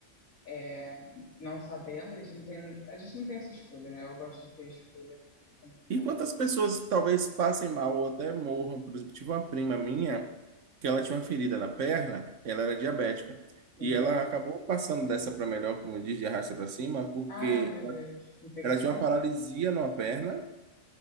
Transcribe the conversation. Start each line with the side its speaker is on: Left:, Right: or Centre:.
Left: é, não sabendo, a gente não tem, a gente não tem essa escolha, né? Eu gosto de ter escolha, é complicado.
Right: E quantas pessoas talvez passem mal ou até morram? Por exemplo, tive uma prima minha que ela tinha uma ferida na perna, ela era diabética.
Left: Sim.
Right: E ela acabou passando dessa para melhor, como diz, de arrasta para cima, porque
Left: Ah, meu Deus. Infecção?
Right: ela tinha uma paralisia numa perna